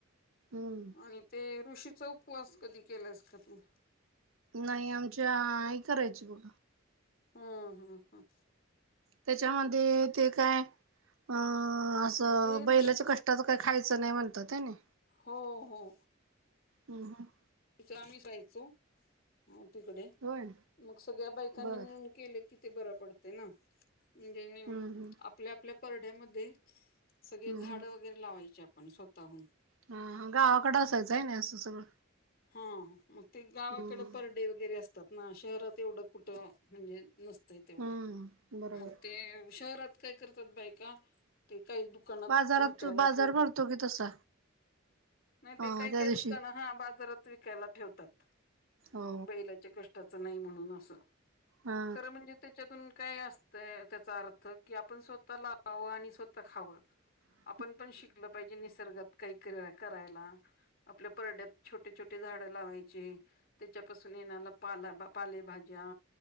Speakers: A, on the right; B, on the left.
A: हम्म
B: आणि- ते ऋषीचा उपवास कधी केलास का तू?
A: नाही, आमच्या आई करायची बघ.
B: हं, हं, हम.
A: त्याच्यामध्ये ते काय अ.. असं
B: ते
A: बैलाच्या
B: ऋषीच
A: कष्टाच- काय खायचं नाही म्हणतात हे नाही.
B: हो, हो.
A: हम् ह <unintelligible>
B: तिथं आम्ही जायचो, म तिकडे
A: होय
B: मग सगळ्या बायकांनी
A: बर
B: मिळून- केलं कि ते बरं पडते ना, म्हणजे
A: हम्म हम्म
B: आपल्या, आपल्या परडेमध्ये- सगळे
A: हम्म
B: झाड
A: हम्म.
B: वगैरे लावायची आपण स्वतःहून.
A: हा, गावाकड असायचं आहे ना, असं सगळं?
B: हा, हा, मग ते गावाकडे
A: हम्म
B: परडे वगैरे असत. ना शहरात एवढं कुठ म्हणजे नसतंय तेवढं,
A: हम्म बरोबर
B: मग ते- शहरात काय करतात, बायका ते काही- दुकानात
A: बाजारात
B: विकायला
A: बाजार
B: ठेवतात.
A: भरतो की तसा
B: नाही ते
A: हा
B: काही,
A: त्या
B: काही
A: दिवशी
B: दुकानं हा बाजारात- <unintelligible> विकायला ठेवतात,
A: हो
B: बैलाच्या कष्टाच नाही म्हणून असं.
A: हा
B: खरं म्हणजे- त्याच्यातून काय असतं त्याचा अर्थ की, आपण स्वतः लावावं आणि स्वतः खावं.
A: ह <inaudible>
B: आपण पण शिकल पाहिजे निसर्गात काहीतर करायला, आपल्या परड्यात छोटे- छोटे झाड लावायचे, त्याच्यापासून येणारला <unintelligible> पाला पालेभाज्या-